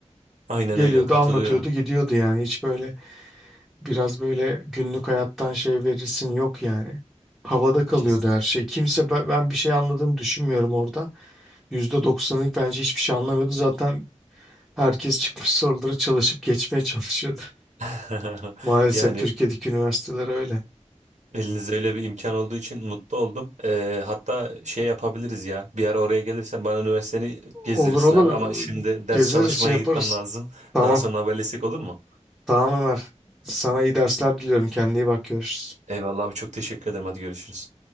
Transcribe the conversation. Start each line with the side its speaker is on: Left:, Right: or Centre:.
Right: Aynen
Centre: Geliyordu
Right: öyle katılıyorum.
Centre: anlatıyordu gidiyordu yani hiç böyle biraz böyle günlük hayattan şey verirsin yok yani. Havada kalıyordu
Right: Kesin.
Centre: her şey. Kimse ben ben bir şey anladığını düşünmüyorum orada. Yüzde doksanlık bence hiçbir şey anlamıyordu. Zaten herkes çıkmış soruları çalışıp geçmeye çalışıyordu.
Right: <laughs>
Centre: <laughs> Maalesef
Right: Yani
Centre: Türkiye'deki üniversiteler öyle.
Right: elinizde öyle bir imkan olduğu için mutlu oldum. Ee, hatta şey yapabiliriz ya. Bir ara oraya gelirsen bana üniversiteni
Centre: Olur
Right: gezdirirsin
Centre: olur
Right: abi. Ama şimdi ders
Centre: gezeriz
Right: çalışmaya
Centre: şey yaparız.
Right: gitmem lazım.
Centre: Tamam.
Right: Daha sonra haberleşsek olur mu?
Centre: Tamam Ömer. Sana iyi dersler diliyorum. Kendine iyi bak görüşürüz.
Right: Eyvallah abi çok teşekkür ederim. Hadi görüşürüz.